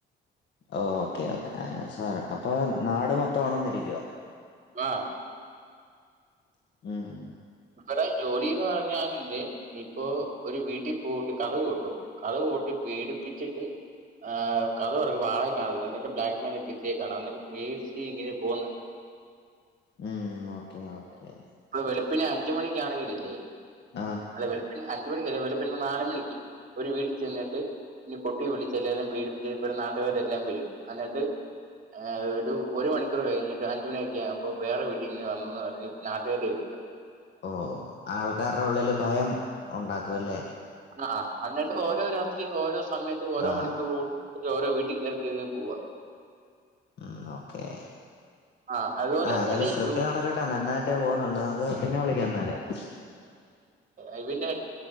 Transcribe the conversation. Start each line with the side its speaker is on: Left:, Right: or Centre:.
Left: ഓക്കേ ഓക്കേ ആ സാർ അപ്പൊ നാട് മൊത്തം ഒണർന്നിരിക്കുവാ
Right: ആഹ്
Left: <unintelligible>
Right: ഇവടെ ജോലിന്ന് പറഞ്ഞാല്ല് ഇപ്പൊ ഒരു വീട്ടിൽ പോഴിട്ട് കഥക് കോട്ടും കഥക് കൊട്ടി പേടിപ്പിച്ചിട്ട് ആഹ് കഥക് തോറക്കുമ്പോ ആളെ കാണത്തില്ല ഇന്നട്ട് ബ്ലാക്ക് മെയിലൊക്കെ ചെയ്യും കാണാം എന്നിട്ട് പേയ്സ് ഇങ്ങനെ പോകുന്നെ
Left: ഉം ഓക്കെ ഓക്കെ
Right: വെളുപ്പിന് അഞ്ചുമണിക്കാണെങ്കില്ലേ
Left: ആ
Right: അല്ല വെളുപ്പിന് അഞ്ചുമണിക്കല്ല വെളുപ്പിന് നാല് മണിക്ക് ഒരു വീട്ടി ചെന്നിട്ട്- ഇനി കൊട്ടി വിളിച്ച് എല്ലാരും പേടിപ്പിച്ച് ഇപ്പ നാട്ടുകാരെല്ലാം വരും എന്നിട്ട്- ആഹ് ഒരു മണിക്കൂർ കഴിഞ്ഞിട്ട് അഞ്ചുമണിയൊക്കെ ആകുമ്പ വേറെ വീട്ടിൽ ഇങ്ങനെ വന്നന്ന് പറഞ് നാട്ടുകാര-
Left: ഓ ആൾക്കാരുടെ ഉള്ളില് ഭയം ഒണ്ടാക്കും അല്ലേ?
Right: ആഹ! അന്നട്ട് ഓരോ രാത്രി ഓരോ സമയത്ത് ഓരോ
Left: ആ
Right: മണിക്കൂർ കു ഓരോ വീട്ടിൽ കേറി കേറി അങ്ങ് പോവാ-
Left: ആഹ് ഓക്കെ
Right: ആ അതുപോലെ
Left: ആ ഏതായാലും
Right: ഇവന്റെ
Left: സ്ക്രിപ്റ്റ്
Right: ഷൂ
Left: നടക്കട്ടെന്നായിട്ട്. ട്ട് പോകുന്നുണ്ട് അത് പിന്നെ വിളിക്കാം എന്നാല്.
Right: അവിന്റെ കാര്യ-